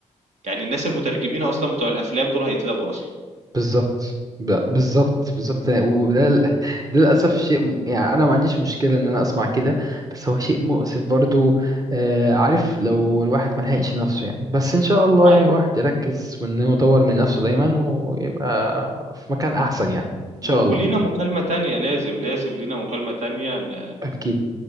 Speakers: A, on the right (about 65°); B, on the right (about 30°).
A: يعني الناس المترجمين أصلًا بتوع الأفلام دول هيتلغوا أصلًا.
B: بالظبط ب- بالظبط بالظبط يعني، وده ال- <laughs> ده للأسف شيء م- يعني أنا ما عنديش مشكلة إن أنا أسمع كده بس هو شيء مؤسف برضو آه، عارف لو الواحد ما لحقش نفسه يعني بس إن شاء الله
A: أيوه،
B: يعني الواحد يركز وإن هو يطور من نفسه دايما ويبقى في مكان أحسن يعني إن شاء
A: و
B: الله
A: ولينا مكالمة تانية لازم، لازم لينا مكالمة تانية ن
B: أكيد